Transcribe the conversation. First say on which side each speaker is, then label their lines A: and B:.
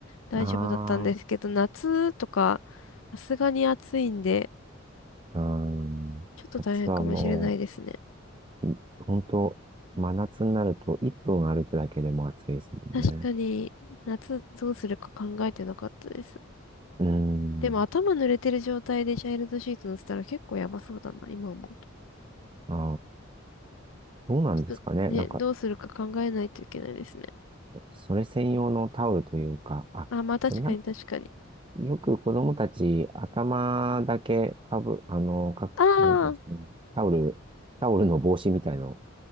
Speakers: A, on the left; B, on the right.
A: 大丈夫だったんですけど、
B: あ
A: 夏とか、さすがに暑いんで、
B: あ、うん。
A: ちょっと大変かもしれないですね。
B: 夏はもう、本当真夏になると1分歩くだけでも暑いですもんね。
A: 確かに、夏どうするか考えてなかったです。
B: うん。
A: でも頭濡れてる状態でチャイルドシート乗せたら結構やばそうだな、今思うと。
B: ああ、どうなんですかね。
A: ちょっとね、
B: なんか、
A: どうするか考えないといけないですね。
B: それ専用のタオルというか、あ、
A: あ、まあ確かに確かに。
B: でもなんよく子供たち、頭だけかぶ、あの、か、
A: あ
B: なんていうんですかね。
A: あ、
B: タオル、タオルの帽子みたいのを